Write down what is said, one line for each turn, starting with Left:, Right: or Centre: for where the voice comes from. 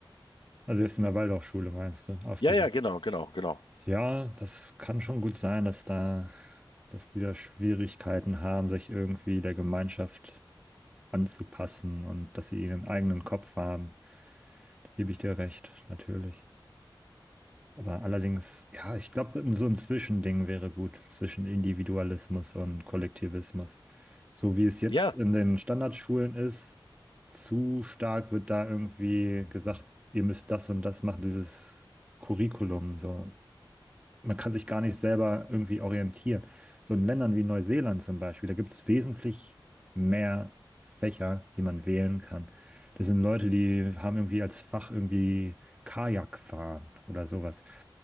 Right: Also jetzt in der Waldorfschule meinst du, aufgewachsen.
Left: Ja, ja, genau, genau, genau.
Right: Ja, das kann schon gut sein, dass da, dass die da Schwierigkeiten haben, sich irgendwie der Gemeinschaft anzupassen und dass sie ihren eigenen Kopf haben. Da gebe ich dir recht, natürlich. Aber allerdings, ja, ich glaube, so ein Zwischending wäre gut zwischen Individualismus und Kollektivismus. So wie es jetzt
Left: Ja,
Right: in den Standardschulen ist, zu stark wird da irgendwie gesagt, ihr müsst das und das machen, dieses Curriculum. So, man kann sich gar nicht selber irgendwie orientieren. So in Ländern wie Neuseeland zum Beispiel, da gibt es wesentlich mehr Fächer, die man wählen kann. Das sind Leute, die haben irgendwie als Fach irgendwie Kajakfahren oder sowas.